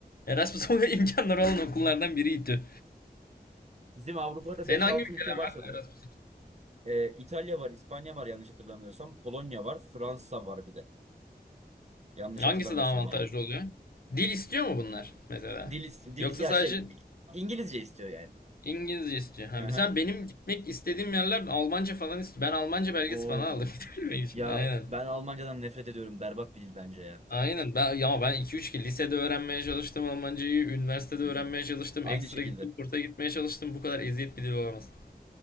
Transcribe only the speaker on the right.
Bizim Avrupa'da
beş
altı
ülke var
sanırım.
Ee, İtalya var, İspanya var yanlış hatırlamıyorsam. Polonya var, Fransa var bir de. Yanlış
hatırlamıyorsam
yani.
Dil, is- dil
ya
şey İngilizce istiyor yani.
Hı hı.
Oo.
Ya
ben Almancadan nefret ediyorum. Berbat bir dil bence ya.
Hı
hı.
Aynı
şekilde.